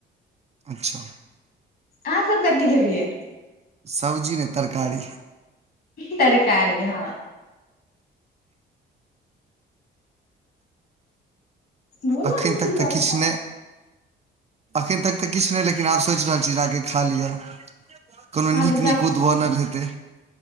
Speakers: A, on the right; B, on the left.
A: अच्छा।
B: अहाँ सभ कथि खेलियै।
A: सब्जी नै तरकारी।
B: तरकारी हँ। बोला
A: अखैन
B: मछली
A: तक तऽ
B: तरकारी
A: किछु नै अखैन तक तऽ किछु नहि लेकिन आब सोचि रहल छी जेके खा लिय कोनो
B: हँ
A: निक
B: तऽ जाउ
A: निकूत बनल हेतै।